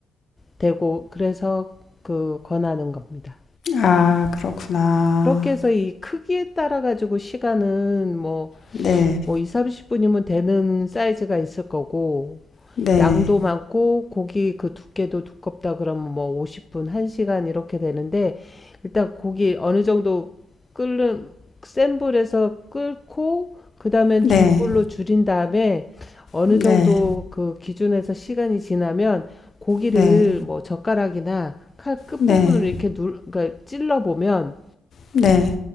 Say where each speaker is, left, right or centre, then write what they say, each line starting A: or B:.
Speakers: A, on the left (about 20°); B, on the left (about 55°).
A: 되고 그래서 그 권하는 겁니다.
B: 아, 그렇구나.
A: 그렇게 해서 이 크기에 따라 가지고 시간은 뭐,
B: 네,
A: 뭐 2, 30분이면 되는 사이즈가 있을 거고
B: 네,
A: 양도 많고 고기 그 두께도 두껍다 그러면 뭐 50분, 1시간 이렇게 되는데 일단 고기 어느 정도 끓는 센 불에서 끓고 그다음엔
B: 네,
A: 중불로 줄인 다음에 어느
B: 네,
A: 정도 그 기준에서 시간이 지나면 고기를
B: 네,
A: 뭐 젓가락이나 칼 끝부분으로
B: 네,
A: 이렇게 눌, 그러니까 찔러 보면
B: 네,